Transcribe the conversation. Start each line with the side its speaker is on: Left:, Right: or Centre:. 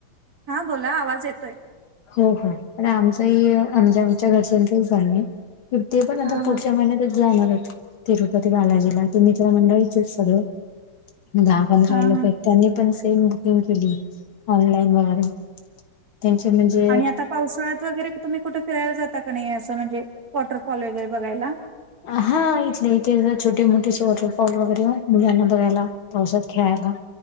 Right: हा बोला आवाज येतोय.
Left: हो हो आमचहीआमच्या घरच्यांचं चालंय. ते आता
Right: हा
Left: पुढच्या
Right: हा
Left: महिन्यातच जाणार आहे. तिरुपती बालाजीला मित्र मंडळी आहे सगळं दहा पंधरा
Right: हा
Left: लोक
Right: हा
Left: जायला. त्यांनी सेम बुकिंग केली ऑनलाईन वरून त्यांचे म्हणजे
Right: आणि आता पावसाळ्यात कुठे फिरायला जाता का असं वॉटरफॉल बघायला.
Left: हा इथले इथे छोटे मोठे वॉटरफॉल वगैरे मुलांना बघायला. औषध खायला